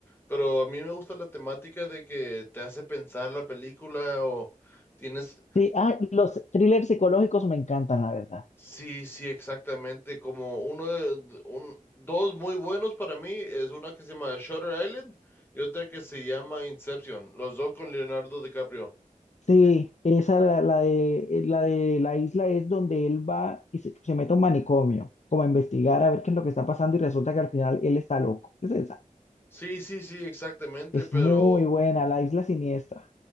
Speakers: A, on the left; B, on the left.
A: Pero a mí me gusta la temática de que te hace pensar la película o tienes,
B: Sí, ah, los thrillers psicológicos me encantan, la verdad.
A: sí, sí, exactamente, como uno de, de- un, dos muy buenos para mí, es una que se llama Shutter Island y otra que se llama Inception, los dos con Leonardo DiCaprio.
B: Sí, esa la, la de, eh, la de la isla es donde él va y se, se mete a un manicomio, como a investigar a ver qué es lo que está pasando y resulta que al final él está loco. Es esa.
A: Sí, sí, sí, exactamente,
B: Es
A: pero
B: muy buena, la isla siniestra,